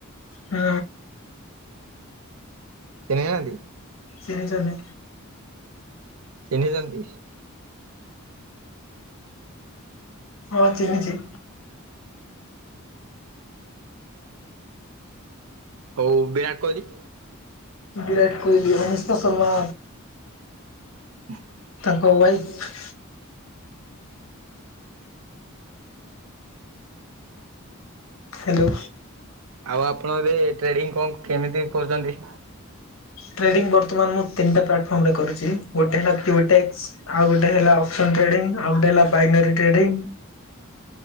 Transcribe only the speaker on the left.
ହୁଁ।
ସେ ଜଣେ
ହଁ ଚିହ୍ନିଛି।
ବିରାଟ କୋହିଲ ଅନୁଷ୍କାଶର୍ମା
ତାଙ୍କ ୱାଇଫ୍। ହ୍ୟାଲୋ?
ଟ୍ରେଡିଙ୍ଗ ବର୍ତ୍ତମାନ ମୁଁ ତିନିଟା ପ୍ଲାଟଫର୍ମ ରେ କରୁଛି, ଗୋଟେ ହେଲା ପ୍ୟୁଟେକ୍ସ ଆଉ ଗୋଟେ ହେଲା ଅପ୍ ସନ ଟ୍ରେଡିଂ ଆଉ ଗୋଟେ ହେଲା ପାଇନେରୀ ଟ୍ରେଡିଂ।